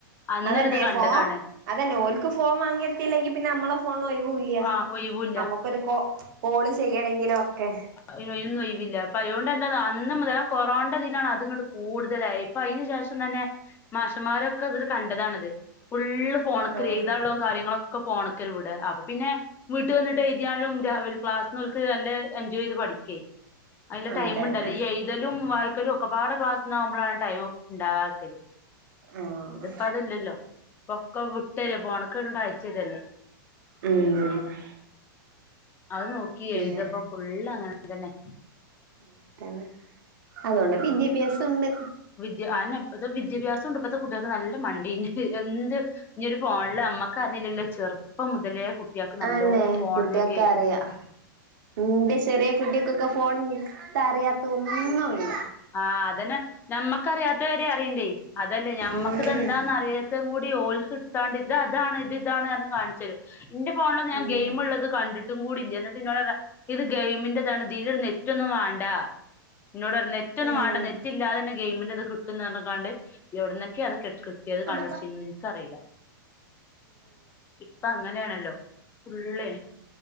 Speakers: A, on the left (about 20°); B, on the right (about 65°).
A: അന്നൊരിത്
B: അതെന്നെ
A: കണ്ടതാണ്
B: ഫോൺ അതന്നെ ഓൽക്ക് ഫോൺ വാങ്ങ്യൊട്ത്തില്ലെങ്കി പിന്നെ ഞമ്മളെ ഫോണിന് ഒരൊയ് വൂല്ല
A: ആ ഒഴിവൂല്ല
B: ഞമ്മക്കൊരു കോ കോള് ചെയ്യണെങ്കിലും ഒക്കെ
A: അതിന് അയ്നൊന്നും ഒയിവില്ല അപ്പം അയ്‌നോണ്ട് എന്താന്നൊ അന്ന് മ ആ കൊറോണൻ്റെ ഇതിലാണ് അത് ഇങ്ങട്ട് കൂടുതലായത് ഇപ്പം അയ്ന് ശേഷം തന്നെ മാഷന്മാരൊക്കെ അത്ട് കണ്ടതാണത് ഫുള്ള് ഫോണൊക്ക്ട
B: ആഹ്
A: എയ്താള്ളതും കാര്യങ്ങളൊക്കെ ഫോണ്ക്കല്ലെ വിട അപ്പം പിന്നെ വീട്ട് വന്നിട്ട് എയ്തി യാലും ഹൈ എംഎം ഐലും ക്ലാസ്ന്ന് ഒൽക്ക് നല്ല എൻജോയ് ചെയ്ത് പഠിക്കേ അയ്ന് ല്ലെ ടൈംണ്ടല്ലൊ
B: അതന്നെ
A: ഈ എയ്തലും വായ്ക്കലും ഒക്കപ്പാടെ ക്ലാസ്ന്നാ വുമ്പളാണ് ടൈം ഉണ്ടാവാതെ
B: ആഹ്
A: ഇതിപ്പതല്ലല്ലോ ഇപ്പൊക്കെ വിട്ടര ഫോണ് ക്കാണ്ട് അയച്ചെരല്ലേ
B: ഉം <unintelligible>
A: അതഹ് നോക്കി
B: പിന്നെ
A: എഴ്താപ്പൊ ഫുള്ള് അങ്ങനെ തന്നെ
B: അങ്ങനെ തന്നെ അതോണ്ട് വിദ്യാഭ്യാസം ഇണ്ട്
A: ദ്യ അയെന്നെ ഇപ്പത്തെ വിദ്യാഭ്യാസം ഇണ്ട് ഇപ്പത്തെ കുട്ട്യേക്ക് നല്ല മണ്ടീംണ്ട് എന്ത് ഈ ഒരു ഫോണില് അമ്മക്ക് അറീലല്ലോ ചെറ്പ്പം മുതലേ കുട്ട്യാക്ക് നല്ലോം
B: ആന്നെ
A: ഫോണിലൊക്കേ
B: കുട്ടിയൊക്കെ അറിയാ ഇന്റെ ചെറ്യേ കുട്ടിക്കൊക്കെ ഫോണ് ഇട്ത്ത അറിയാത്തൊന്നുംല്ല
A: ആഹ് അതെന്നെ ഞമ്മക്കറിയാത്തഹ് വെരെ അറീണ്ടെയ് അതല്ല ഞമ്മക്ക്ത്
B: ഉം
A: എന്താന്ന് അറിയ ത്തഹും കൂടി ഓൽക്ക് ഇട്ത്താണ്ട് ഇത് അതാണ് ഇത് ഇതാണ് പർഞ്ഞ് കാൺച്ചെരും ഇന്റെ ഫോണിലൊന്നും ഞാൻ
B: ഉം
A: ഗെയിമ് ഇള്ളത് കണ്ട്ട്ട് ട്ട് കൂടി ഇല്ല്യ ഇന്നട്ട് ഇന്നോട് പർയാ ഇത് ഗെയിമിന്റെ ഇതാണ് ഇതിനൊരു നെറ്റൊന്നും വാണ്ട ഇന്നോട് പർഞ്ഞ് നെറ്റൊന്നും
B: ഏഹ്
A: വാണ്ട നെറ്റ് ഇല്ലാതെ തന്നെ ഗെയ്മ്ന്റെ ഇത് കിട്ടുംന്ന് പർഞ്ഞ് കാണ്ട് എവ്ട്ന്നൊക്ക്യേ അതൊക്കെ ഇട്ക്ക്ട് ത്യേത്
B: ഉം
A: കണ്ടുട്ച്ചീന്ന് ന്ന് ഇൻക്കറീല ഇപ്പ അങ്ങനേണല്ലോ ഫുളള്